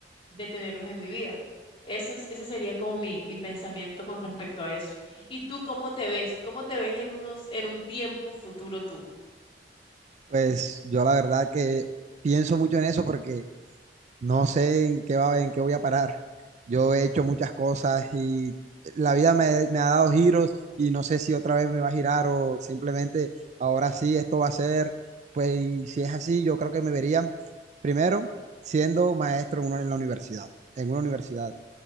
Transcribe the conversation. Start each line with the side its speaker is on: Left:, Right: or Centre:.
Left: de tenerlos en mi vida. Ese es- ese sería como mi, mi pensamiento con respecto a eso. ¿Y tú cómo te ves? ¿Cómo te ves en unos, en un tiempo futuro tú?
Right: Pues yo la verdad que pienso mucho en eso porque no sé en qué va, en qué voy a parar. Yo he hecho muchas cosas y la vida me, me ha dado giros y no sé si otra vez me va a girar o simplemente ahora sí esto va a ser. Pues y si es así, yo creo que me vería primero siendo maestro en, una- en la universidad, en una universidad.